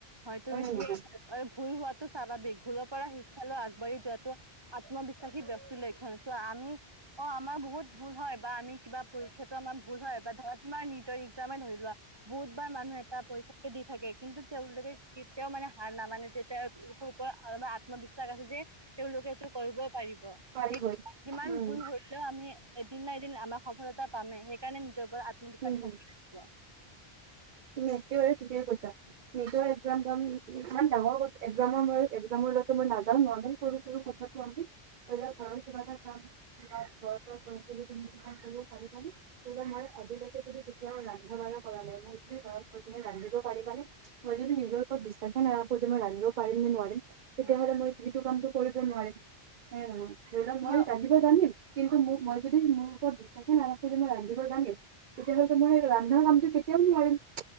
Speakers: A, on the right; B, on the right.
A: হয় তুমি
B: নে
A: ঠিকে,
B: নহয়?
A: ভুল হোৱাটো স্বাভাৱিক ভুলৰ পৰা শিক্ষা লৈ আগবাঢ়ি যোৱাটো আত্মবিশ্বাসী ব্যক্তিৰ লক্ষণ, চোঁৱা আমি অ' আমাৰ বহুত ভুল হয় বা আমি কিবা পৰীক্ষাতো আমাৰ ভুল হয় বা ধৰা তোমাৰ নিজৰ একজামে ধৰি লোৱা বহুতবাৰ মানুহ এট পৰীক্ষাতো দি থাকে কিন্তু, তেওঁলোকে কেতিয়াওঁ মানে হাৰ নামানে যে তেওঁলোকৰ ওপৰত <unintelligible> আত্মবিশ্বাস আছে যে, তেওঁলোকে এইটো কৰিব পাৰিব।
B: পাৰিবই
A: সেইটো যিমান
B: উম,
A: ভুল হলেওঁ আমি এদিন ন এদিন আমাৰ সফলতা পামে, সেইকাৰণে নিজৰ ওপৰত আ
B: হুম, হুম।
A: <unintelligible>
B: তুমি একেবাৰে ঠিকেই কৈছা। নিজৰ একজামৰ ইমান ডাঙৰ একজামৰ ম একজামৰলৈকে মই নাযাওঁ, নৰ্মেল সৰু সৰু কথা <unintelligible> এতিয়া ঘৰৰ কিবা এটা কাম। ইমাণ বৰ বৰ পৰিস্থিতি তুমি তোমাৰ কৰিব পাৰিবানে? তেতিয়া মই আজিলে তুমি যদি কেতিয়াও ৰন্ধা বঢ়া কৰা নাই, মোৰ যদি বয়স হয় তুমি ৰান্ধিব পাৰিবানে? মই যদি নিজৰ ওপৰত বিশ্বাসে নাৰাখো যে মই ৰান্ধিব পাৰিমে নে নোৱাৰিম তেতিয়াহলে
A: হয়
B: মই এইটো কামটো কৰিব নোৱাৰিম, সেয়াই আৰু ধৰি লোৱা
A: তোমাৰ
B: মই ৰা মই জানিম, কিন্তু মো-মই যদি মোৰ ওৰত বিশ্বাসে নাৰাখোঁ যে মই ৰান্ধিব জানিম তেতিয়াহ'লেতো মই ৰান্ধা কামটো কেতিয়াওঁ নোৱাৰিম।